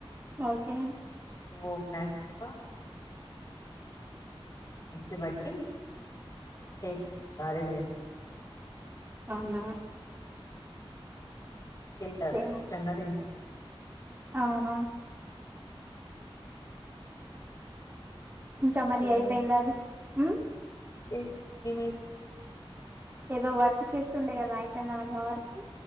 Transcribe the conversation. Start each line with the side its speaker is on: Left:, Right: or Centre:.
Right: వచ్చే
Left: టూ ఓ క్లాక్ అలా త్రీ ఓ క్లాక్ మధ్యలో మిక్సీ బట్టి చేస్తాను గారేలు చేస్తాను.
Right: అవునా
Left: హ్మ్. తింటారు
Right: చే
Left: ఇష్టంగా తింటారు. అన్నమాట
Right: అవునవున్
Left: ఉ ఇంకేంటి
Right: ఇంకా
Left: విషయాలు
Right: మరి అయిపోయిందా అది ఉ
Left: ఏంటి ఏమైపోయింది
Right: ఏదో వర్క్ చేస్తుండే కదా అయిపోయిందా మళ్ళి ఆ వర్క్